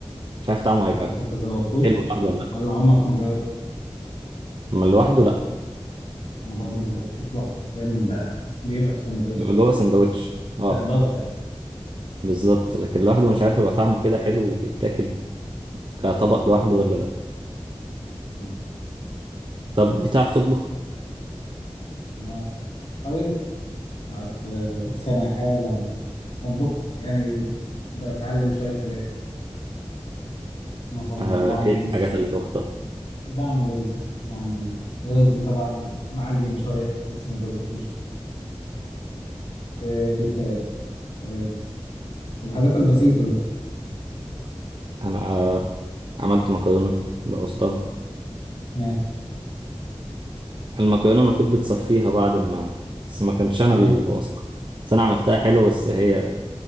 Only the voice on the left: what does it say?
ما بتتذوقوش
ولا عمرك ما جربته
انا برضه ما جربتوش لوحده دايما ب- بيبقى في سندوتش
كاضافه يعني
مم.
انا حاولت قعدت آه، سنة أحاول أطبخ يعني بتعلم شوية حاجات مثلا
بعمل
رز
بعمل رز بعمل رز طبعا معجن شوية لسه ما ظبطتوش آه، الفراخ آه، الحاجات البسيطة دي
آه،
أيوه